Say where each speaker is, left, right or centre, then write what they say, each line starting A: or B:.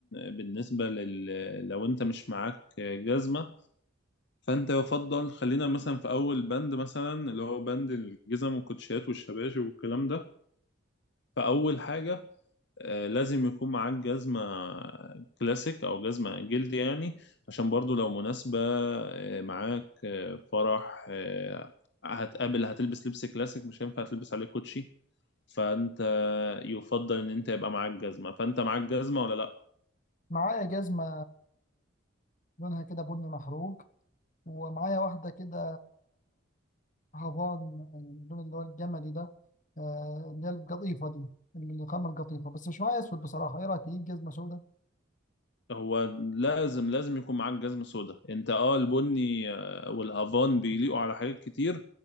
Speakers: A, on the left; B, on the left.
A: بالنسبه لل لو انت مش معاك جزمه فانت يفضل خلينا مثلا في اول بند مثلا اللي هو بند الجزم والكوتشيات والشباشب والكلام ده فاول حاجه آه، لازم يكون معاك جزمة كلاسيك أو جزمة جلد يعني عشان برضو لو مناسبة آه، معاك آه، فرح آه، هتقابل هتلبس لبس كلاسيك مش هينفع تلبس عليه كوتشي فأنت يفضل إن أنت يبقى معاك جزمة فأنت معاك جزمة ولا لأ؟
B: معايا جزمه لونها كده بني محروق ومعايا واحده كده هافان يعني اللون اللي هو الجملي ده آه، اللي هي القطيفة دي الخامة القطيفة بس مش معايا أسود بصراحة إيه رأيك تجيب جزمة سوداء؟
A: هو لازم لازم يكون معاك جزمة سودا أنت أه البني آه، والهافان بيليقوا على حاجات كتير